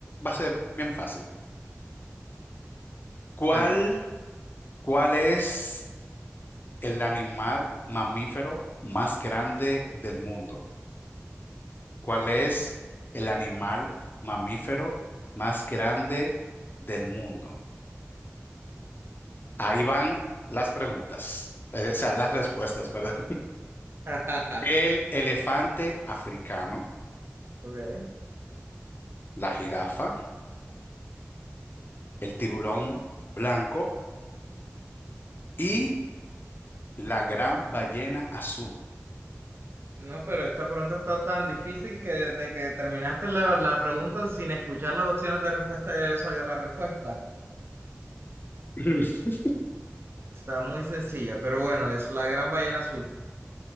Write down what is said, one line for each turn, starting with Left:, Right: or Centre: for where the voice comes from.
Left: va a ser bien fácil. ¿Cuál,
Right: Dale.
Left: cuál es el animal mamífero más grande del mundo? ¿Cuál es el animal mamífero más grande del mundo? Ahí van las preguntas, eh, o sea, las respuestas, <laughs> perdón.
Right: <laughs>
Left: El elefante africano,
Right: Ok.
Left: la jirafa, el tiburón blanco y la gran ballena azul.
Right: No, pero esta pregunta está tan difícil que desde que terminaste la, la pregunta sin escuchar las opciones de respuesta ya yo sabía la respuesta.
Left: <laughs>
Right: Está muy sencilla, pero bueno, es la gran ballena azul.